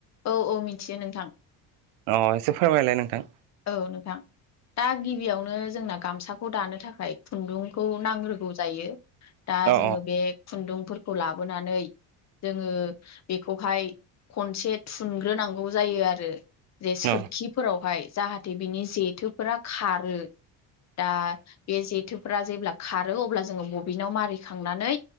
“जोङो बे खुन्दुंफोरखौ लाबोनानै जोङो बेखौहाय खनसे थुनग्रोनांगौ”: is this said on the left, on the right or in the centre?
Left